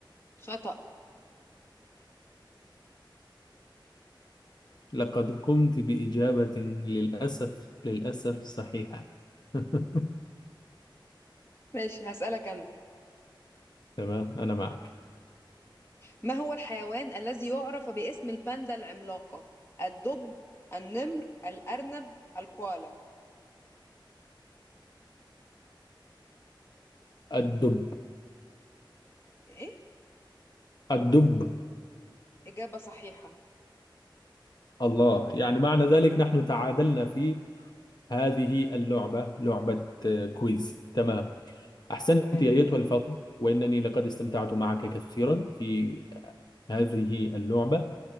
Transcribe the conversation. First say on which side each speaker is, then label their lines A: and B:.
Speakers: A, on the left (about 30°); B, on the left (about 55°).
A: خطأ
B: لقد قمت بإجابة للأسف للأسف صحيحة <laughs>
A: ماشي هسألك أنا
B: تمام أنا معك
A: ما هو الحيوان الذي يعرف باسم الباندا العملاقة الدب النمر الأرنب الكوالا
B: الدب
A: إيه
B: الدب
A: إجابة صحيحة
B: الله يعني معنى ذلك نحن تعادلنا في هذه اللعبة لعبة آه، كويز تمام أحسنت
A: تمام
B: يا أيتها الفاضل وإنني لقد استمتعت معك كثيرا في هذه اللعبة